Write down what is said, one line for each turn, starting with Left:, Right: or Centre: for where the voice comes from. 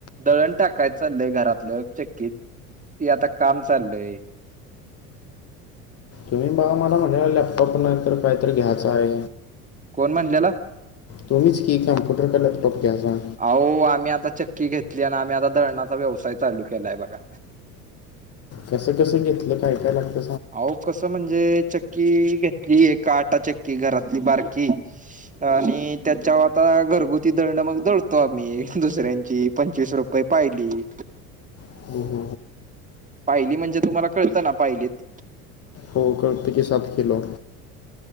Right: दळण टाकाय चाललंय घरातलं चक्कीत, आता काम चाललंय.
Left: तुम्ही माग मला म्हंणलेला लॅपटॉप नाही तर कायतरी घ्यायचाय.
Right: कोण म्हणलेल?
Left: तुम्हीच की कॅम्पुटर का लॅपटॉप घ्यायचा-
Right: आवो आम्ही आता चक्की घेतली आणि आम्ही आता दळणाचा व्यवसाय चालू केलायं बघा.
Left: कसं कसं घेतलं? काय काय लागत-
Right: आवो कसं म्हणजे चक्की घेतली एक आटा चक्की घरातली बारकी- आणि त्याच्यावर आता घरगुती दळणं मग दळतो आम्ही दुसऱ्यांची पंचवीस रुप- पै पायली-
Left: <unintelligible>
Right: पायली म्हणजे तुम्हाला कळतं ना पायलीत-
Left: हो कळत की साात किलो.